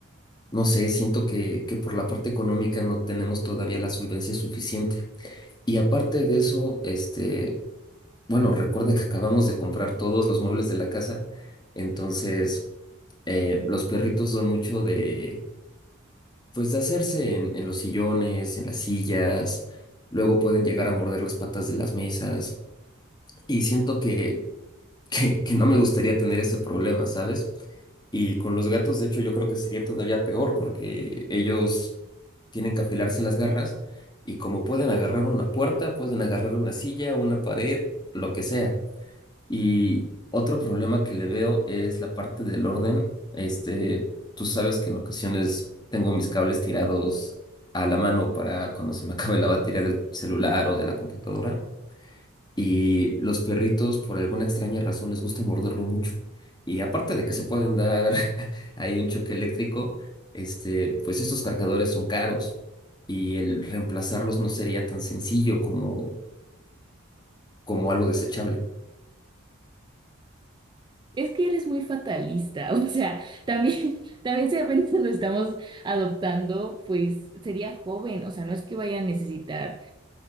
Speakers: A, on the left; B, on the right.
A: No sé, siento que, que por la parte económica no tenemos todavía la solvencia suficiente. Y aparte de eso, este, bueno, recuerda que acabamos de comprar todos los muebles de la casa, entonces eh, los perritos son mucho de, pues de hacerse en, en los sillones, en las sillas, luego pueden llegar a morder las patas de las mesas. Y siento que que, que no me gustaría tener ese problema, ¿sabes? Y con los gatos, de hecho, yo creo que sería todavía peor porque ellos tienen que afilarse las garras y como pueden agarrar una puerta, pueden agarrar una silla, una pared, lo que sea. Y otro problema que le veo es la parte del orden. Este, tú sabes que en ocasiones tengo mis cables tirados a la mano para cuando se me acabe la batería del celular o de la computadora. Y los perritos, por alguna extraña razón, les gusta morderlo mucho. Y aparte de que se pueden dar <laughs> ahí un choque eléctrico, este, pues estos cargadores son caros y el reemplazarlos no sería tan sencillo como, como algo desechable.
B: es que eres muy fatalista, <laughs> o sea, también, también si apenas lo estamos adoptando, pues sería joven, o sea, no es que vaya a necesitar.